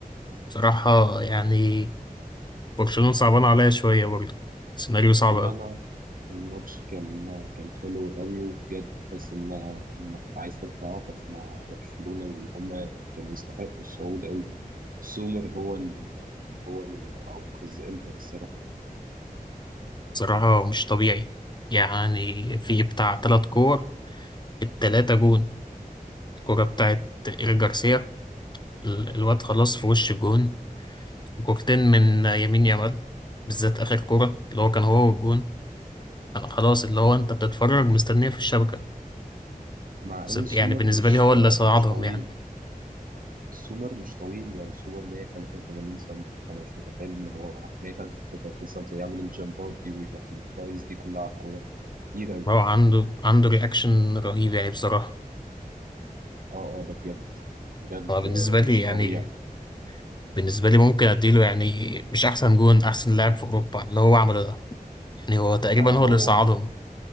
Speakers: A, on the left; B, on the right.
A: بصراحة يعني برشلونة صعبان عليا شوية برضه سيناريو صعب
B: لا
A: أوي
B: لا الماتش كان كان حلو قوي وبجد تحس ان انك عايز تتعاطف مع برشلونة ان هم كانوا يستحقوا الصعود قوي سومر هو ال... هو اللي انقذ انتر الصراحة
A: بصراحة مش طبيعي يعني في بتاع تلات كور التلاتة جون الكرة بتاعت إيريك جارسيا ال- الواد خلاص في وش الجون وكورتين من يمين يامال بالذات آخر كرة اللي هو كان هو والجون أنا خلاص اللي هو أنت بتتفرج مستنيه في الشبكة
B: مع
A: بس
B: ان سومر
A: يعني بالنسبة
B: مش
A: لي هو اللي صعدهم
B: مش طويل
A: يعني
B: سومر مش طويل يعني سومر 183 سم فانا مش متخيل ان هو 133 سم ويعمل الجامبات دي ويروح الفايز دي كلها على الكوره كتير أوي.
A: هو عنده عنده رياكشن رهيب يعني بصراحة
B: اه اه ده بجد بجد
A: هو بالنسبة
B: آه،
A: لي
B: مش
A: يعني
B: طبيعي
A: بالنسبة لي ممكن أديله يعني مش أحسن جون أحسن لاعب في أوروبا اللي هو عمله ده يعني هو تقريبا
B: آه هو
A: هو اللي صعدهم